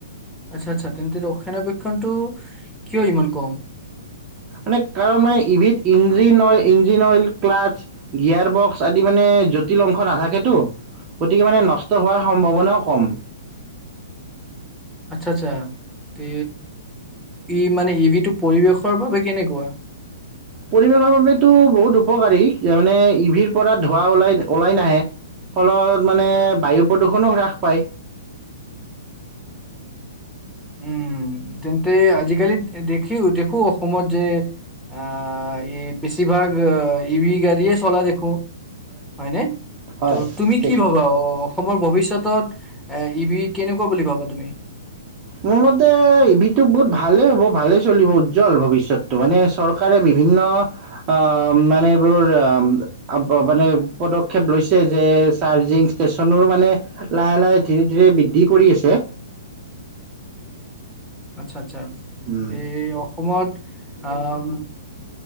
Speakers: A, in the centre; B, on the right (about 30°).
A: আচ্ছা, আচ্ছা তেন্তে ৰক্ষণাবেক্ষণটো কিয় ইমান কম?
B: মানে কাৰণ মানে ইবিদ engine oil, engine oil, clutch gear box আদি মানে জটিল অংশ নাথাকেতো। গতিকে মানে, নষ্ট হোৱাৰ সম্ভাৱনাও কম।
A: আচ্ছা, আচ্ছা, তে ই, মানে ইবিটো পৰিৱেশৰ বাবে কেনেকুৱা?
B: পৰিৱেশৰ বাবেটো বহুত উপকাৰী, মানে ইভিৰ পৰা ধোঁৱা ওলাই ওলাই নাহে। ফলত মানে বায়ু প্ৰদূষণও হ্ৰাস পায়।
A: উম, তেন্তে আজিকালি দেখি দেখো অসমত যে আহ, এই বেছিভাগ ইভি গাড়ীয়ে চলা দেখো। হয়, নে
B: হয়
A: ত, তুমি
B: ঠিক
A: কি ভবা অ, অসমৰ ভৱিষ্যতত এই, ইবিৰ কেনেকুৱা বুলি ভাবা তুমি?
B: মোৰ মতে ইবিৰটো বহুত ভালেই হ'ব, ভালে চলিব উজ্জ্বল ভৱিষ্যতটো মানে চৰকাৰে বিভিন্ন অ, মানে এইবোৰ আহ মানে পদক্ষেপ লৈছে যে, চাৰ্জিং ষ্টেচনৰো মানে লাহে লাহে, ধীৰে ধীৰে বৃদ্ধি কৰি আছে।
A: আচ্ছা আচ্ছা
B: উম
A: তে, অসমত আহ